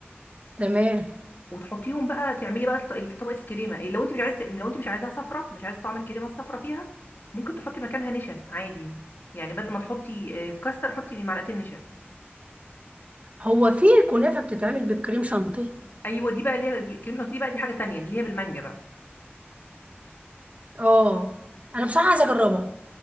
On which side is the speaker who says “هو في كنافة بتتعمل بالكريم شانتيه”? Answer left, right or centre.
Right